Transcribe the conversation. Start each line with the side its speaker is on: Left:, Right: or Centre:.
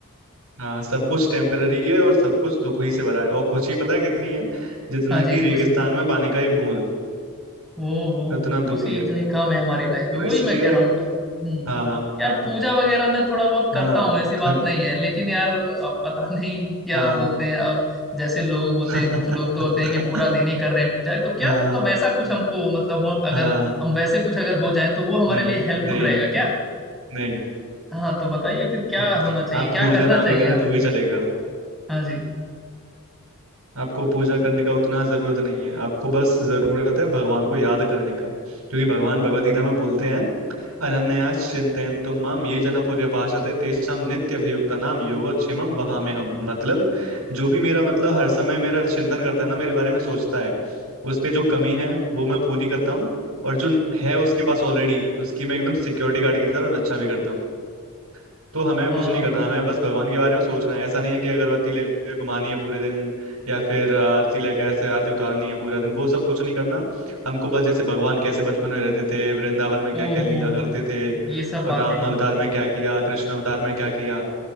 Right: हाँ सब कुछ टेम्पररी है और सब कुछ दुख ही से भरा है और खुशी पता है कितनी है जितना
Centre: हाँ जी
Right: कि
Centre: खुशी
Right: रेगिस्तान में पानी का एक बूंद
Centre: ओ हो
Right: उतना
Centre: खुशी
Right: दुखी है
Centre: इतनी कम है हमारी लाइफ
Right: तो
Centre: में वही
Right: इसलिए
Centre: मैं कह रहा हूँ भाई हम्म
Right: हाँ
Centre: यार
Right: हाँ
Centre: पूजा वगैरह मैं थोड़ा बहुत
Right: हाँ
Centre: करता हूँ ऐसी
Right: <laughs>
Centre: बात नहीं है लेकिन यार अब पता <laughs> नहीं क्या
Right: हाँ
Centre: बोलते हैं अब जैसे लोग होते
Right: <laughs>
Centre: हैं कुछ लोग तो होते हैं कि पूरा दिन ही कर रहे हैं पूजा तो क्या
Right: हाँ
Centre: मतलब वैसा कुछ हमको मतलब हो अगर
Right: हाँ
Centre: हम वैसे कुछ अगर हो जाए तो वो हमारे
Right: नहीं
Centre: लिए हेल्पफुल
Right: नहीं
Centre: रहेगा क्या
Right: नहीं
Centre: हाँ तो बताइए फिर क्या
Right: हम्म,
Centre: होना चाहिए
Right: आप
Centre: क्या
Right: पूजा
Centre: करना
Right: ना
Centre: चाहिए
Right: भी करें
Centre: हमें
Right: तो भी चलेगा
Centre: हाँ जी
Right: आपको पूजा करने का उतना जरूरत नहीं है आपको बस जरूरत है भगवान को याद करने का क्योंकि भगवान भगवत गीता में बोलते हैं अनन्यास चिंतयन्तु माम ये जना पर्यपासते तेषां नित्य अभियुक्ता नाम योगक्षेमम वहाम्यहम् मतलब जो भी मेरा मतलब हर समय मेरा चिंतन करता है ना मेरे बारे में सोचता है उस पे जो कमी है वो मैं पूरी करता हूँ और जो है उसके पास ऑलरेडी उसकी मैं एकदम सिक्योरिटी गार्ड की तरह रक्षा भी करता हूँ तो हमें
Centre: हाँ
Right: कुछ नहीं करना हमें बस भगवान के बारे में सोचना है ऐसा नहीं है कि अगरबत्ती लेके घुमानी है पूरे दिन या फिर आरती लेके ऐसे आरती उतारनी है पूरा दिन वो सब कुछ नहीं करना हमको बस जैसे भगवान कैसे बचपन में रहते थे वृंदावन में क्या
Centre: ओहो
Right: क्या लीला करते थे और
Centre: ये सब बातें
Right: राम
Centre: हैं
Right: अवतार में क्या किया कृष्ण अवतार में क्या किया